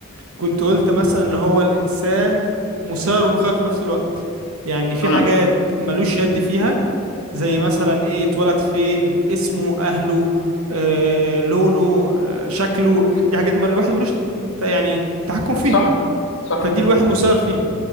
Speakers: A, on the right (about 80°); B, on the left (about 60°).
A: كنت قلت مثلا اللي هو الانسان مثار ومخير في نفس الوقت يعني في
B: امم
A: حاجات ملوش يد فيها زي مثلا ايه اتولد فين اسمه اهله آه، لونه آه، شكله دي حاجات ما الواحد ملوش ت- يعني تحكم فيها
B: صح صح
A: فدي الواحد مسير فيها